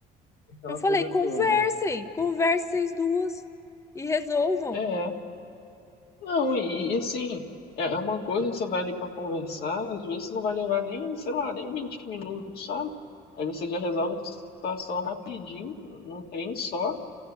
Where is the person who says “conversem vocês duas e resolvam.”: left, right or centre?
Left